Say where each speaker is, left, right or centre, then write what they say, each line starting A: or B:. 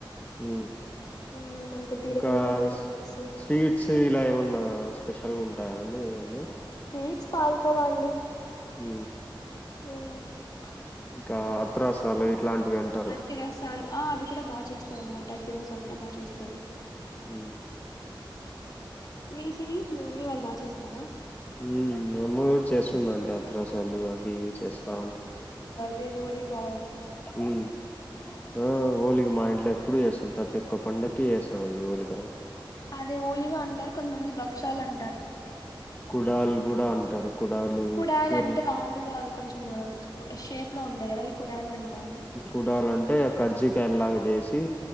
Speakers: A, on the left (about 20°); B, on the left (about 50°).
A: హ
B: నిన్న బీరకాయ
A: ఇంకా
B: కర్రీ రైస్
A: స్వీట్స్ ఇలా ఏమన్నా స్పెషల్గా ఉంటాయా అండి ఏమన్నా
B: స్వీట్స్ పాల్కోవండి
A: ఊ
B: <inaudible>
A: ఇకా అత్ర్రాసాలు ఇట్లాంటివి అన్
B: అతి రసాలు ఆ అవి కూడ బా చేస్తాన్మాట అతి రసాలు కూడ బాగా చేస్తరు
A: ఊ
B: మీర్ సర్ మీ మమ్మీ వాళ్ళు బా చేస్తారా
A: ఉమ్మ్ మామ్మ గూడ చేస్తుందండి అత్రాసాలు అవి ఇవి చేస్తా ఉంటది
B: ది వోలిగా
A: ఉమ్ ఆ ఓలిగ మా ఇంట్లొ ఎప్పుడు జెస్తం ప్రతి ఒక్క పండక్కి జేస్తామండి ఓలిగా
B: అది ఓలిగా అంటారు కొంత్మంది భక్షాలం
A: గుడాలు గుడా అంటారు గుడాలు
B: కుడాయలు
A: పొ
B: అంటే రౌండ్ గా అవి కొంచెం షేప్ లో ఉంటాయి కదా అవి కుడాయలు అంటాము
A: గుడాలంటే కర్జీకాయల్లాగా జేసీ